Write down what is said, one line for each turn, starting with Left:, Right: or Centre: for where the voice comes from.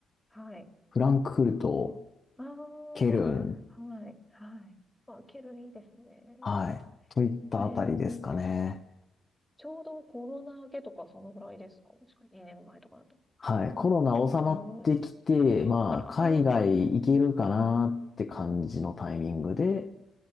Centre: はい。
Left: フランクフルト、
Centre: ああ、
Left: ケルン、
Centre: はい。はい。あ、ケルいいですね。
Left: はい、といったあたりですかね。
Centre: えー、ちょうどコロナ明けとかそのぐらいですか確か2年前とかだと。
Left: はい、コロナ収まってきて、
Centre: うん。収まってから。
Left: まあ、海外行けるかなって感じのタイミングで、
Centre: うん。